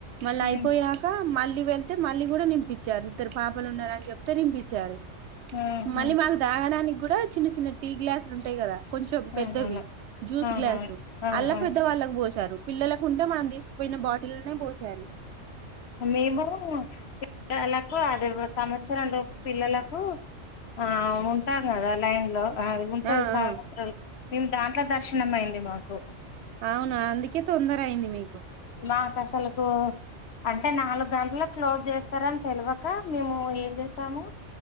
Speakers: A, on the right; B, on the left.
A: మళ్ళీ
B: ఉమ్
A: అయిపోయాక మళ్ళీ వెళ్తే మళ్ళీ కూడా నింపించారు ఇద్దరు పాపలు ఉన్నారని చెప్పి ఉత్తరింపించారు
B: ఉమ్
A: మళ్ళీ
B: ఉమ్
A: మాకు తాగడానికి కూడా చిన్న చిన్న టీ గ్లాసులు ఉంటాయి కదా కొంచెం పెద్దవి
B: అవునవును
A: జ్యూస్
B: అవునవును
A: గ్లాసులు
B: ఆ
A: అల్లా
B: ఆ
A: పెద్ద వాళ్ళకు పోసారు పిల్లలకు ఉంటే మనం తీసుకుపోయిన బాటిల్నే పోసేయాలి
B: మేము పిల్లలకు అదే సంవత్సరం లోపు పిల్లలకు ఆ ఉంటాం కదా లైన్ లో ఉంటది
A: ఆ
B: సవత్సరాలు
A: ఆ
B: మేము దాంట్ల దర్శనం అయింది మాకు
A: అవునా అందుకే తొందర అయింది మీకు
B: మాకు అసలులకు అంటే నాలుగు గంటల క్లోజ్ చేస్తార అని తెలివక మేము ఏం చే సము